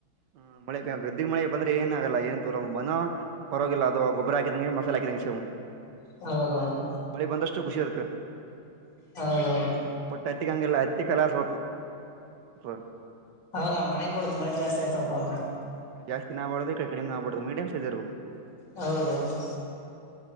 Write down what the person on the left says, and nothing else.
ಹೌದೌದ್
ಹೌದೌದು
ಹೌದಣ ವಣಿಗಿ ಬಿಡತಾವ ಮಳೆ ಜಾಸ್ತಿ ಆಯ್ತಪ್ಪ ಅಂದ್ರ
ಹೌದೌದು